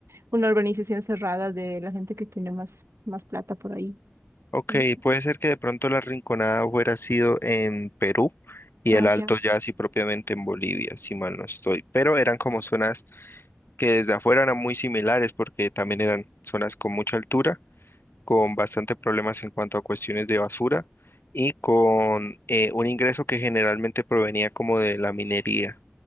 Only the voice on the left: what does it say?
Ok,
puede ser que de pronto La Rinconada hubiera sido en Perú y
el Alto
ya así propiamente en Bolivia, si mal no estoy, pero eran como zonas que desde afuera eran muy similares porque también eran zonas con mucha altura con bastante problemas en cuanto a cuestiones de basura y con eh, un ingreso que generalmente provenía como de la minería.